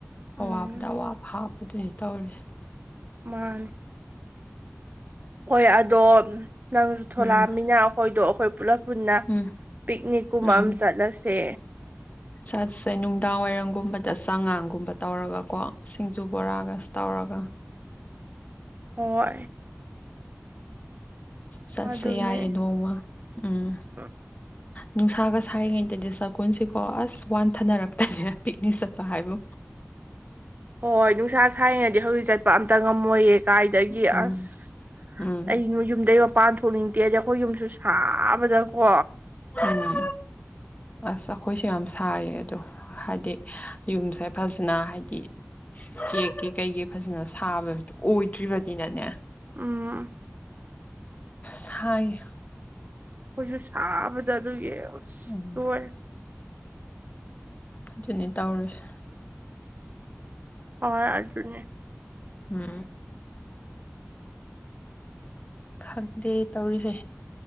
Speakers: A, on the right; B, on the left.
A: ꯎꯝ
B: ꯑꯋꯥꯕꯗ ꯑꯋꯥꯕ ꯍꯥꯞꯄꯗꯨꯅꯤ ꯇꯧꯔꯤꯁꯦ
A: ꯃꯥꯥꯅꯤ ꯍꯣꯏ ꯑꯗꯣ ꯅꯪꯁꯨ ꯊꯣꯂꯛꯑꯃꯤꯅ
B: ꯎꯝ
A: ꯑꯈꯣꯏꯗꯣ ꯑꯈꯣꯏ ꯄꯨꯂꯞ ꯄꯨꯟꯅ
B: ꯎꯝ
A: ꯄꯤꯛꯅꯤꯛꯀꯨꯝꯕ
B: ꯎꯝ
A: ꯑꯃ ꯆꯠꯂꯁꯦ
B: ꯆꯠꯁꯦ ꯅꯨꯡꯗꯥꯡ ꯋꯥꯏꯔꯝꯒꯨꯝꯕꯗ ꯆꯉꯥꯡꯒꯨꯝꯕ ꯇꯧꯔꯒꯀꯣ ꯁꯤꯡꯖꯨ ꯕꯣꯔꯥꯒ ꯇꯧꯔꯒ
A: ꯍꯣꯏ
B: ꯆꯠꯁꯦ
A: ꯑꯗꯨꯅꯦ
B: ꯌꯥꯏꯌꯦ ꯅꯣꯡꯃ ꯎꯝ
A: <inaudible>
B: ꯅꯨꯡꯁꯥꯒ ꯁꯥꯏꯔꯤꯉꯩꯗꯗꯤ ꯆꯒꯨꯜꯁꯤꯀꯣ ꯑꯁ ꯋꯥꯟꯊꯅꯔꯛꯇꯅꯦ ꯄꯤꯛꯅꯤꯛ ꯆꯠꯄ ꯍꯥꯏꯕꯨ
A: ꯍꯣꯏ ꯅꯨꯡꯁꯥ ꯁꯥꯏꯔꯤꯉꯩꯗꯤ ꯍꯧꯖꯤꯛ ꯆꯠꯄ ꯑꯝꯇ ꯉꯝꯃꯣꯏꯌꯦ ꯀꯥꯏꯗꯒꯤ
B: ꯎꯝ
A: ꯑꯁ
B: ꯎꯝ
A: ꯑꯩ ꯅꯣꯢ ꯌꯨꯝꯗꯩ ꯄꯥꯟ ꯊꯣꯛꯅꯤꯡꯗꯦ ꯍꯥꯏꯗꯤ ꯑꯈꯣꯏ ꯌꯨꯝꯁꯨ ꯁꯥꯕꯗꯀꯣ
B: ꯎꯝ ꯑꯁ ꯑꯈꯣꯏꯁꯨ ꯌꯥꯝ ꯁꯥꯏꯌꯦ ꯑꯗꯣ ꯍꯥꯏꯗꯤ ꯌꯨꯝꯁꯦ ꯐꯖꯅ ꯍꯥꯏꯗꯤ ꯆꯦꯛꯀꯤ ꯀꯩꯒꯤ ꯐꯖꯅ ꯁꯥꯕ ꯑꯣꯏꯗ꯭ꯔꯤꯕꯅꯤꯅꯅꯦ
A: ꯎꯝ
B: ꯁꯥꯏ
A: ꯑꯈꯣꯏꯁꯨ ꯁꯥꯕꯗ ꯑꯗꯨꯒꯤ ꯑꯁ
B: ꯎꯝ
A: ꯂꯣꯏꯔꯦ
B: ꯑꯗꯨꯅꯤ ꯇꯧꯔꯤꯁꯦ
A: ꯍꯣꯏ ꯑꯗꯨꯅꯦ
B: ꯎꯝ ꯈꯪꯗꯦ ꯇꯧꯔꯤꯁꯦ